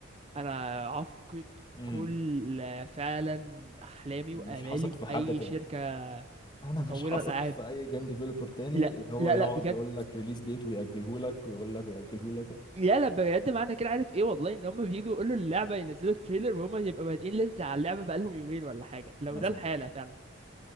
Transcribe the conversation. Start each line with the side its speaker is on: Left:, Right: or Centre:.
Right: انا افقد
Left: بانك
Right: كل فعلا احلامي
Left: مش
Right: وامالي
Left: هثق
Right: في
Left: في حد
Right: اي
Left: تاني
Right: شركه
Left: انا
Right: مطوره
Left: مش هثق
Right: العاب
Left: في اي جيم ديفلوبر تاني
Right: لا
Left: اللي هو
Right: لا
Left: يقعد
Right: لا بجد
Left: يقول لك ريليس ديت ويأجله لك ويقول لك ويأجله لك
Right: لا لا بجد معنى كده عارف ايه والله ان هم بييجوا يقولوا اللعبه ينزلوا تريلر وهم يبقى بادئين لسه على اللعبه بقالهم يومين ولا حاجه لو
Left: مثلا
Right: ده الحاله فعلا